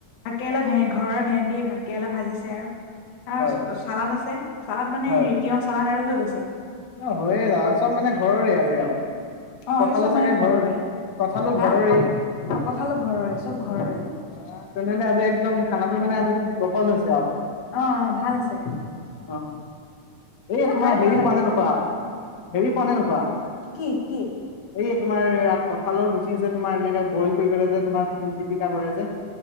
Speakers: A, on the left; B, on the left.
A: ভাতকেৰেলা ভে ঘৰৰ ভেন্দি ভাতকেৰেলা ভাজিছে আৰু। তাৰ
B: হয়
A: চালাদ আছে চালাদ মানে
B: হয়
A: তিয়ঁহ চালাদ। বাৰু হৈ গৈছে।
B: অ হয়য়ে য চব মানে ঘৰৰে আজি আৰু
A: অ আজি
B: কঠালো
A: চব মানে
B: চাগে
A: ঘৰৰে
B: ঘৰ কঠালো
A: হা
B: ঘৰৰে
A: অ কঁঠালো ঘৰৰে চব ঘৰৰে
B: বা তেনেহঁলে আজি একদম খানাটো মানে আজি মানে গপছ আছে আৰু।
A: অ অ ভাল হৈছে
B: অ অ অ এই
A: এ
B: তোমাৰ
A: খাই
B: হেৰি
A: ভাল লাগে
B: পোৱা নাই নয়। হেৰি খোৱা নে নোখোৱা ।
A: কি কি
B: এই তোমাৰ কঁঠালৰ গুটি যে তোমাৰ এনেকে বইল কৰি পেললে যে তোমাৰ পিটিকা কৰে যে।